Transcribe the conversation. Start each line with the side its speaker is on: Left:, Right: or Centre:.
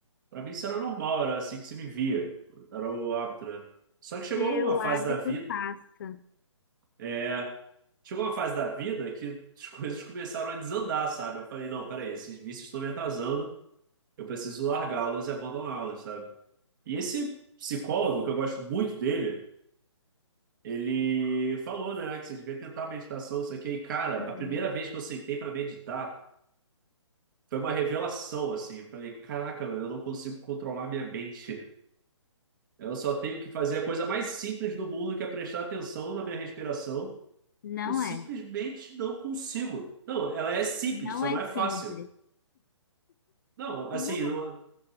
Right: pra mim isso era normal, era assim que se vivia. Era o hábito, né? Só que chegou
Left: É,
Right: uma
Left: o
Right: fase
Left: hábito
Right: da vida,
Left: passa.
Right: é... Chegou uma fase da vida que as <laughs> coisas começaram a desandar, sabe? Eu falei, não, peraí, esses vícios estão me atrasando. Eu preciso largá-los e abandoná-los, sabe? E esse psicólogo, que eu gosto muito dele... Ele falou, né, que você devia tentar meditação, isso aqui. E, cara,
Left: Uhum.
Right: a primeira vez que eu sentei pra meditar foi uma revelação, assim. Eu falei, caraca, eu não consigo controlar minha mente. Eu só tenho que fazer a coisa mais simples do mundo, que é prestar atenção na minha respiração.
Left: Não
Right: Eu simplesmente
Left: é.
Right: não consigo. Não, ela é simples,
Left: Não
Right: só
Left: é
Right: não é fácil.
Left: simples.
Right: Não, assim,
Left: Não,
Right: não- é,